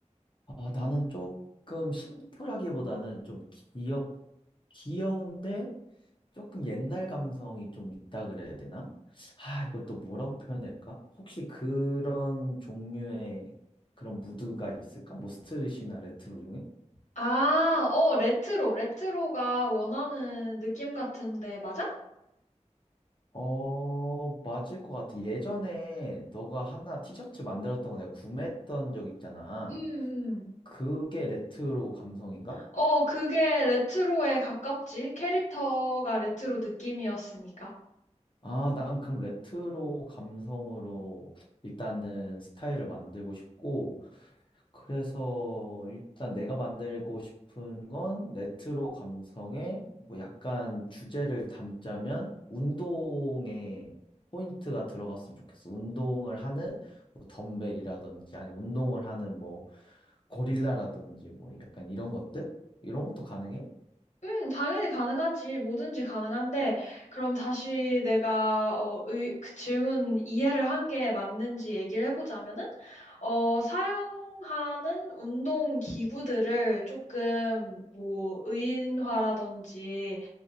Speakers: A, on the left; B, on the left.
A: 아, 나는 조금 심플하기보다는 좀 귀엽, 귀여운데, 조금 옛날 감성이 좀 있다 그래야 되나? 아, 이걸 또 뭐라고 표현할까? 혹시 그런 종류의 그런 무드가 있을까? 뭐 스트릿이나 레트로 중에?
B: 아, 어, 레트로. 레트로가 원하는 느낌 같은데, 맞아?
A: 어, 맞을 것 같아. 예전에 너가 하나 티셔츠 만들었던 거 내가 구매했던 적 있잖아.
B: 음, 음.
A: 그게 레트로 감성인가?
B: 어, 그게 레트로에 가깝지. 캐릭터가 레트로 느낌이었으니까.
A: 아, 난 그럼 레트로 감성으로 일단은 스타일을 만들고 싶고, 그래서 일단 내가 만들고 싶은 건 레트로 감성에 뭐 약간 주제를 담자면 운동에 포인트가 들어갔으면 좋겠어. 운동을 하는 뭐 덤벨이라든지 아니 운동을 하는 뭐 고릴라라든지 뭐 약간 이런 것들? 이런 것도 가능해?
B: 음, 당연히 가능하지. 뭐든지 가능한데, 그럼 다시 내가, 어, 의, 그 질문 이해를 한 게 맞는지 얘기를 해보자면은, 어, 사용하는 운동 기구들을 조금, 뭐, 의인화라든지